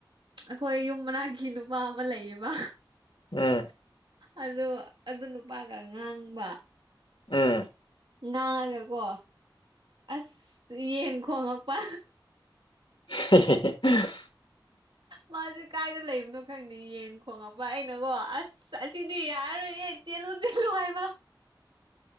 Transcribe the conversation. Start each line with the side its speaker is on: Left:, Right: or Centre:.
Right: ꯑꯩꯈꯣꯏ ꯌꯨꯝ ꯃꯅꯥꯛꯀꯤ ꯅꯨꯄꯥ ꯑꯃ ꯂꯩꯌꯦꯕ
Left: ꯎꯝ
Right: ꯑ ꯑꯗꯨ ꯅꯨꯄꯥꯒ ꯉꯥꯡꯕ
Left: ꯎꯝ
Right: ꯉꯥꯡꯉꯒ ꯀꯣ ꯑꯁ ꯌꯦꯟ ꯈꯣꯡꯉꯛꯄ
Left: <inaudible>
Right: ꯃꯥꯁꯦ ꯀꯥꯏꯗ ꯂꯩꯕꯅꯣ ꯈꯪꯗꯦ ꯌꯦꯟ ꯈꯣꯉꯛꯄ ꯑꯩꯅꯒꯣ ꯑꯁ ꯑꯁꯤꯗꯤ ꯌꯥꯔꯔꯣꯏꯌꯦ ꯆꯦꯜꯂꯨ ꯆꯦꯜꯂꯨ ꯍꯥꯏꯕ